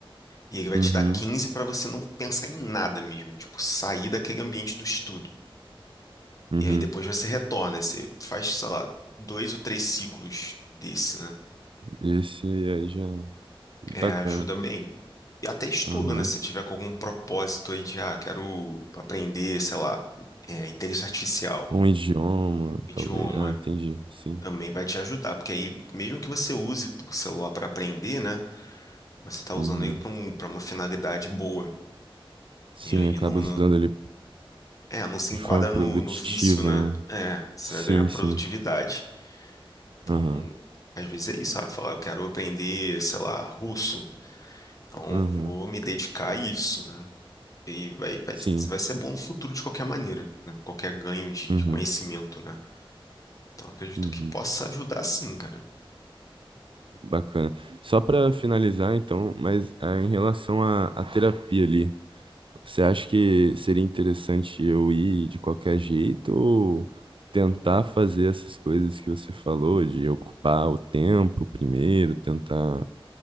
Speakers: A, on the left; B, on the right.
A: e ele vai
B: uhum,
A: te dar 15 para você não pensar em nada mesmo, tipo, sair daquele ambiente do estudo.
B: uhum,
A: E aí depois você retorna, aí você faz, sei lá, dois ou três ciclos desse, né?
B: esse aí já,
A: É,
B: bacana,
A: ajuda bem. E até estudo,
B: aham.
A: né? Se tiver com algum propósito aí de, ah, quero aprender, sei lá, é, inteligência artificial,
B: Um idioma,
A: idioma,
B: talvez. Ah, entendi. Sim.
A: também vai te ajudar, porque aí, mesmo que você use o celular para aprender, né? Você tá usando
B: Uhum.
A: ele para um, para uma finalidade boa.
B: Sim,
A: E aí
B: acaba
A: não,
B: usando
A: não,
B: ele
A: é, não se
B: de
A: enquadra
B: forma produtiva,
A: no, no vício, né?
B: né?
A: É, você
B: Sim,
A: vai ganhar produtividade.
B: sim.
A: Então,
B: Aham.
A: às vezes é isso, ah, falar, eu quero aprender, sei lá, russo. Então,
B: Aham.
A: vou me dedicar a isso, né? E vai, vai,
B: Sim.
A: vai ser bom no futuro de qualquer maneira, né? Qualquer ganho de
B: Uhum.
A: conhecimento, né? Então, acredito
B: Uhum.
A: que possa ajudar sim, cara.
B: Bacana. Só para finalizar, então, mas ah, em relação à, à terapia ali, você acha que seria interessante eu ir de qualquer jeito ou tentar fazer essas coisas que você falou, de ocupar o tempo primeiro, tentar